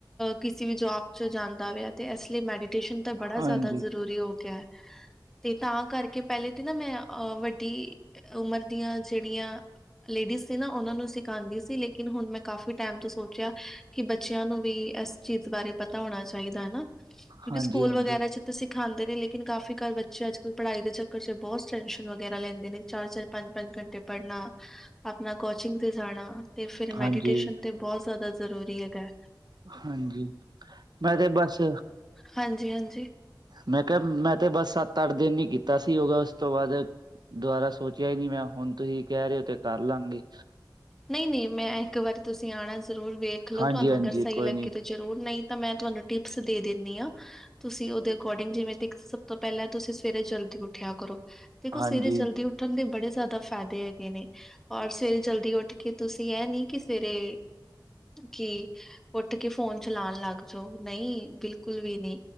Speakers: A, in the centre; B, on the right (about 60°).
A: ਕਿਸੇ ਵੀ ਜੌਬ ਤੇ ਜਾਂਦਾ ਪਿਆ ਇਸ ਲਈ ਮੈਡੀਟੇਸ਼ਨ ਤਾ ਬੜਾ
B: ਹਾਂਜੀ
A: ਜਿਆਦਾ ਜ਼ਰੂਰੀ ਹੋਗਿਆ, ਤੇ ਤਾਂ ਕਰਕੇ ਪਹਿਲੇ ਤਾਂ ਨਾ ''ਮੈਂ ਅ, ਵੱਡੀ ਉਮਰ ਦੀਆਂ ਜਿਹੜੀਆਂ ਲੇਡੀਜ ਸੀ ਨਾ, ਉਹਨਾਂ ਨੂੰ ਸਿ ਖਾਂਦੀ ਸੀ, ਲੇਕੀਨ ਹੁਣ'ਮੈਂ ਕਾਫ਼ੀ ਟਾਇਮ ਤੋਂ ਸੋਚਿਆ, ਕਿ ਬੱਚਿਆਂ ਨੂੰ ਵੀ ਇਸ ਚੀਜ਼ ਬਾਰੇ ਪਤਾ ਹੋਣ ਚਾਹੀਦੀ ਨਾ। ਕਿਉਂਕਿ,
B: ਹਾਂਜੀ
A: ਸਕੂਲਾਂ
B: ਹਾਂਜੀ
A: ਵਗੈਰਾ'ਚ ਸਿਖਾਂਦੇ ਨੇ, ਲੇਕਿਨ ਕਾਫੀ ਕਾਰ ਬੱਚੇ ਅੱਜ-ਕੱਲ ਪੜ੍ਹਾਈ ਦੇ ਚੱਕਰ ਵਿੱਚ ਬਹੁਤ ਟੈਂਸ਼ਨ ਵਗੈਰਾ ਲੈਂਦੇ ਨੇ, ਚਾਰ-ਚਾਰ ਪੰਜ-ਪੰਜ ਘੰਟੇ ਪੜ੍ਹਨਾ। ਅਪਨਾ ਕੋਚਿੰਗ ਤੇ ਜਾਣਾ, ਤੇ ਫਿਰ
B: ਹਾਂਜੀ
A: ਮੈਡੀਟੇਸ਼ਨ ਤੇ ਬਹੁਤ ਜ਼ਿਆਦਾ ਜ਼ਰੂਰੀ ਹੈਗਾ।
B: ਹਾਂਜੀ। ਮੈਂ, ਤੇ ਬਸ
A: ਹਾਂਜੀ-ਹਾਂਜੀ।
B: ਮੈਂ ਕਿਆ ''ਮੈਂ ਤੇ ਬਸ ਸੱਤ-ਅੱਠ ਦਿਨ ਹੀ ਕੀਤਾ ਸੀ, ਯੋਗਾ ਉਸ ਤੋਂ ਬਾਅਦ ਦੁਬਾਰਾ ਸੋਚਿਆ ਹੀ ਨਹੀਂ ਮੈਂ, ਹੁਣ ਤੁਹੀ ਕਹਿ ਰਹੇ ਹੋ, ਤੇ ਕਰਲਾਂਗੇ
A: ਨਹੀਂ-ਨਹੀਂ ''ਮੈਂ ਇੱਕ ਵਾਰੀ ਤੁਸੀਂ ਆਣਾ ਜ਼ਰੂਰ ਵੇਖਲੋ
B: ਹਾਂਜੀ
A: ਤੁਹਾਨੂੰ
B: ਹਾਂਜੀ
A: ਅਗਰ ਸਹੀ
B: ਕੋਈ
A: ਲੱਗੇ
B: ਨੀ
A: ਤੇ ਜ਼ਰੂਰ, ਨਹੀਂ ਤਾਂ ਮੈਂ ਤੁਹਾਨੂੰ ਟਿਪਸ ਦੇ ਦੇਂਨੀ ਆਂ। ਤੁਸੀਂ ਉਹਦੇ ਅਕੋਰਡਿੰਗ, ਜਿਵੇਂ ਦੇਖ ਸਭ ਤੋਂ ਪਹਿਲਾਂ ਤੁਸੀਂ ਸਵੇਰੇ ਜਲਦੀ ਉੱਠਿਆ ਕਰੋ। ਦੇਖੋ
B: ਹਾਂਜੀ
A: ਸਵੇਰੇ ਜਲਦੀ ਉੱਠਣ ਦੇ ਬੜੇ ਜ਼ਿਆਦਾ ਫਾਇਦੇ ਹੈਗੇ ਨੇ, ਔਰ ਸਵੇਰੇ ਜਲਦੀ ਉੱਠਕੇ ਤੁਸੀਂ ਐ ਨੀ, ਕਿ ਸਵੇਰੇ ਕਿ ਉੱਠਕੇ ਫੋਨ ਚਲਾਣ ਲੱਗ ਜਾਓ, ਨਹੀਂ, ਬਿਲਕੁਲ ਵੀ ਨੀ